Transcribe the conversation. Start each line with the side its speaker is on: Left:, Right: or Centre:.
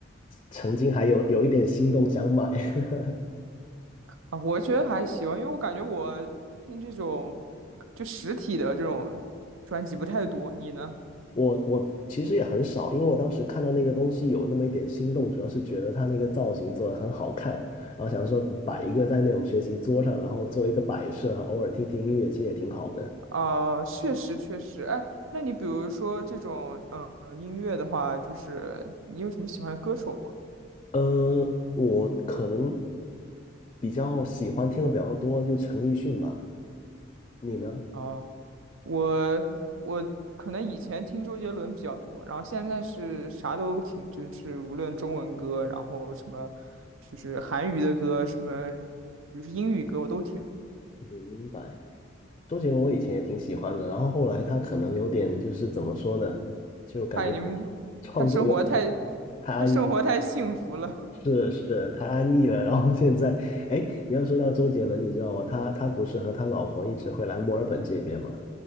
Left: 曾经还有有一点心动想买。<laughs>
Right: 啊，我觉得还行，因为我感觉我听这种就实体的这种专辑不太多。你呢？
Left: 我我其实也很少，因为我当时看到那个东西有那么一点心动，主要是觉得他那个造型做的很好看，然后想说摆一个在那种学习桌上，然后做一个摆设，然后偶尔听听音乐，其实也挺好的。
Right: 啊、确实确实。哎，那你比如说这种嗯、呃音乐的话，就是你有什么喜欢的歌手吗？
Left: 嗯，我可能比较喜欢听的比较多，就是陈奕迅吧。你呢？
Right: 啊、我我可能以前听周杰伦比较多，然后现在是啥都听，就是无论中文歌，然后什么就是韩语的歌，什么比如说英语歌，我都听。
Left: 明白。周杰伦我以前也挺喜欢的，然后后来他可能有点就是怎么说呢，就感觉
Right: 嗨，你们，
Left: 创作有点
Right: 他生活太，
Left: 太安逸
Right: 他生活太幸福了。
Left: 是是，太安逸了。然后现在，哎，你要说到周杰伦，你知道吗？他他不是和他老婆一直会来墨尔本这边吗？